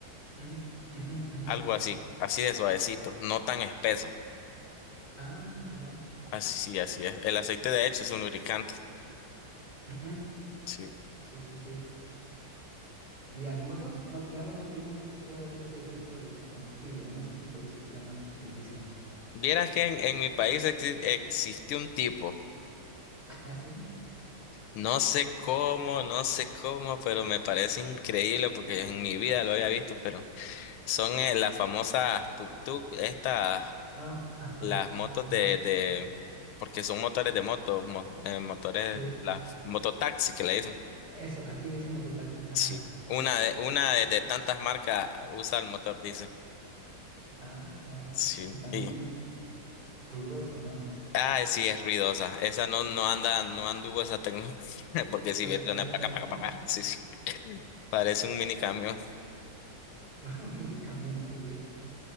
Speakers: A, on the right; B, on the left.
A: ujú, ujú, ujú.
B: Algo así, así de suavecito, no tan espeso.
A: Ah, caray.
B: Así, sí, así es. El aceite de hecho es un lubricante.
A: Ujú.
B: Sí.
A: Sí, sí, sí. Las motos, no, plano, no no tienen ese todavía ese tipo de combustible, ¿no? Ese tipo de sistema de diésel.
B: Vieras que en, en mi país exi- existe un tipo,
A: <laughs> Ah, sí.
B: no sé cómo, no sé cómo, pero me parece increíble porque en mi vida lo había visto, pero son eh, las famosas tuk-tuk, estas,
A: Ah, ajá,
B: las motos
A: ajá.
B: de, de, porque son motores de motos, mo- eh, motores,
A: Sí.
B: las mototaxis que le dicen.
A: Eso, aquí le dicen mototaxi. Ajá.
B: Sí, una de, una de, de tantas marcas usa el motor, dice.
A: Ah, caray.
B: Sí,
A: Y también
B: y
A: es ruidoso, ¿no?
B: Ah, sí, es ruidosa. Esa no, no anda, no anduvo esa tecnología, <laughs> porque si
A: Todavía
B: bien suena
A: no está.
B: paca, paca, paca. Sí, sí. Parece un mini camión.
A: <laughs> Un mini camión, ¿no? Sí.